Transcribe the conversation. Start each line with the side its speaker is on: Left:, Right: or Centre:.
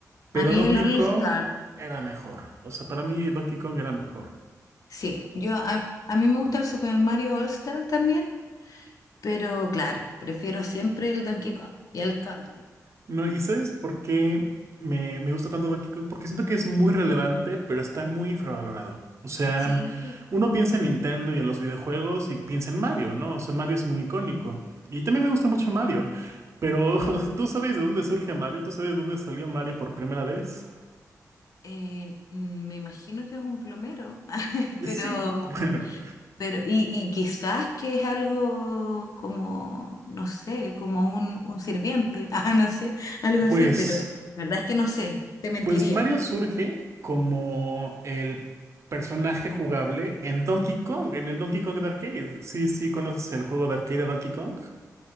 Right: pero
Left: A mí
Right: Donkey
Left: el All
Right: Kong
Left: Star.
Right: era mejor, o sea, para mí Donkey Kong era mejor.
Left: Sí, yo a, a mí me gusta el Super Mario All Star también, pero claro, prefiero siempre el Donkey Kong y el Country.
Right: No, ¿y sabes por qué me, me gusta tanto Donkey Kong? Porque siento que es muy relevante, pero está muy infravalorado. O sea,
Left: Sí,
Right: mm, uno piensa en Nintendo y en los videojuegos y piensa en Mario, ¿no? O sea, Mario es muy icónico. Y también me gusta mucho Mario. Pero <laughs> ¿tú sabes de dónde surge Mario? ¿Tú sabes de dónde salió Mario por primera vez?
Left: Eh, mm, me imagino que es un plomero, <laughs> pero,
Right: Sí, <laughs> bueno,
Left: pero y, y quizás que es algo como, no sé, como un, un sirviente, <laughs> ah, no sé, algo así,
Right: pues,
Left: pero la verdad es que no sé, te mentiría.
Right: pues Mario surge como el personaje jugable en Donkey Kong, en el Donkey Kong de arcade. Sí, sí, ¿conoces el juego de arcade de Donkey Kong?